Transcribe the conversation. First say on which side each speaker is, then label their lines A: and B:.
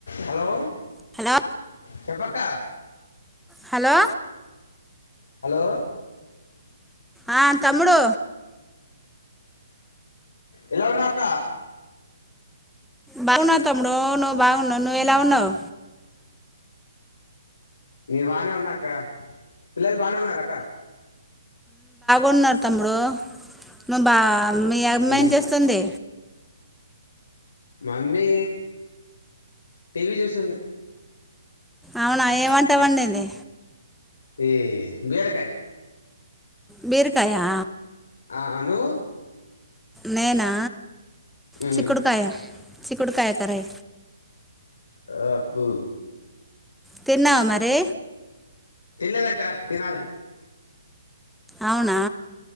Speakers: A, on the left; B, in the centre.
A: Hello
B: hello
A: చెప్పక్కా.
B: Hello
A: hello
B: ఆ తమ్ముడూ
A: ఎలా ఉన్నావ్ అక్క
B: బాగున్నాను తమ్ముడు నువ్వు బాగున్నావా నువ్వెలా ఉన్నావ్
A: నే బానే ఉన్నా అక్క. పిల్లలు బానే ఉన్నారా అక్కా
B: ఉన్నారు తమ్ముడు ను బా మీ అమ్మ
A: మ్మ్
B: ఏం చేస్తుంది.
A: మమ్మీ టీవీ చూస్తుంది.
B: అవునా ఏం వంట వండింది.
A: ఏ బేరకాయి
B: బీరకాయా
A: ఆ నువ్వు
B: నేనా
A: మ్మ్
B: చిక్కుడుకాయ చిక్కుడుకాయ కర్రీ
A: ఆ అబ్బో
B: తిన్నావా మరీ
A: తిన్లేదక్క తినాలే
B: అవునా